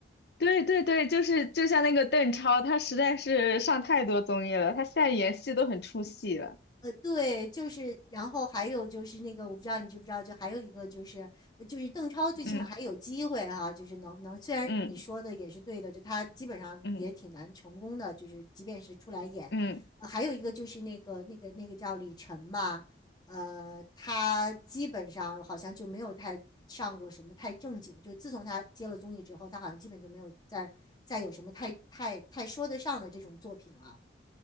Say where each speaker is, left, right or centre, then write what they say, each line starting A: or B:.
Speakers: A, on the left; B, on the left.
A: 对对对，就是就像那个邓超，他实在是上太多综艺了，他现在演戏都很出戏了。
B: 呃，对，就是，然后还有就是那个，我不知道你知不知道，就还有一个就是，呃就是邓超最起码还有机会哈、
A: 嗯。
B: 就是能能，虽然你说的也是对的，
A: 嗯
B: 就他基本上也挺难成功的，
A: 嗯
B: 就是即便是出来演，
A: 嗯
B: 呃还有一个就是那个那个那个叫李晨嘛，呃，他基本上好像就没有太上过什么太正经，就自从他接了综艺之后，他好像基本就没有再再有什么太太太说得上的这种作品了。